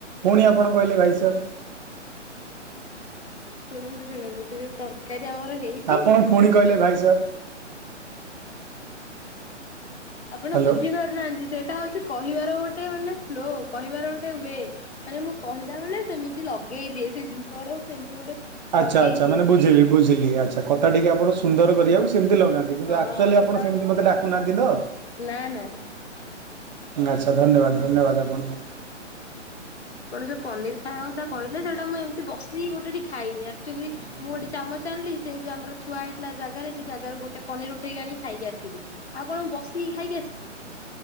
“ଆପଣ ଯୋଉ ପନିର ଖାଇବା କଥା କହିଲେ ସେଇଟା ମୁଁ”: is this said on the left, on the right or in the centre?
Left